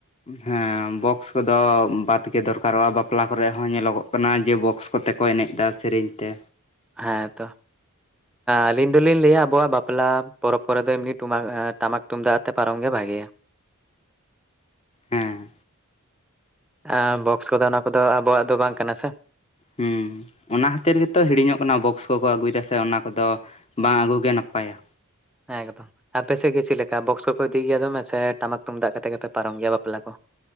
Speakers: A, on the left; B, in the centre.
A: ᱦᱮᱸ ᱵᱚᱠᱥ ᱠᱚᱫᱚ ᱵᱟᱫᱽ ᱜᱮ ᱫᱚᱨᱠᱟᱨᱚᱜᱼᱟ ᱵᱟᱯᱞᱟ ᱠᱚᱨᱮ ᱦᱚᱸ ᱧᱮᱞᱚᱜᱚᱜ ᱠᱟᱱᱟ ᱡᱮ ᱵᱚᱠᱥ ᱠᱚᱛᱮ ᱠᱚ ᱮᱱᱮᱡ ᱫᱟ ᱥᱮᱨᱮᱧ ᱛᱮ
B: ᱦᱮᱸ ᱛᱚ ᱟᱞᱤᱧ ᱫᱚᱞᱤᱧ ᱞᱟᱹᱭᱟ ᱟᱵᱚᱣᱟᱜ ᱵᱟᱯᱞᱟ ᱯᱚᱨᱚᱵᱽ ᱠᱚᱨᱮ ᱫᱚ ᱮᱢᱱᱤ ᱴᱩᱢᱟᱠ ᱮᱸ ᱴᱟᱢᱟᱠ ᱛᱩᱢᱫᱟᱜ ᱟᱛᱮ ᱯᱟᱨᱚᱢ ᱜᱮ ᱵᱷᱟᱜᱮᱭᱟ
A: ᱦᱮᱸ
B: ᱟᱸ ᱵᱚᱠᱥ ᱠᱚᱫᱚ ᱚᱱᱟ ᱠᱚᱫᱚ ᱟᱵᱚᱣᱟᱜ ᱫᱚ ᱵᱟᱝ ᱠᱟᱱᱟ ᱥᱮ
A: ᱦᱩᱸ ᱚᱱᱟ ᱠᱷᱟᱹᱛᱤᱨ ᱜᱮᱛᱚ ᱦᱤᱲᱤᱧ ᱚᱜ ᱠᱟᱱᱟ ᱵᱚᱠᱥ ᱠᱚᱠᱚ ᱟᱹᱜᱩᱭ ᱫᱟᱥᱮ ᱚᱱᱟ ᱠᱚᱫᱚ ᱵᱟᱝ ᱟᱹᱜᱩ ᱜᱮ ᱱᱟᱯᱟᱭᱟ
B: ᱮᱠᱫᱚᱢ ᱟᱯᱮ ᱥᱮᱫ ᱜᱮ ᱪᱮᱫ ᱞᱮᱠᱟ ᱵᱚᱠᱥ ᱠᱚᱠᱚ ᱤᱫᱤᱭ ᱜᱮᱭᱟ ᱫᱚᱢᱮ ᱥᱮ ᱴᱟᱢᱟᱠ ᱛᱩᱢᱫᱟᱜ ᱠᱟᱛᱮ ᱜᱮᱯᱮ ᱯᱟᱨᱚᱢ ᱜᱮᱭᱟ ᱵᱟᱯᱞᱟ ᱠᱚᱦᱚᱸ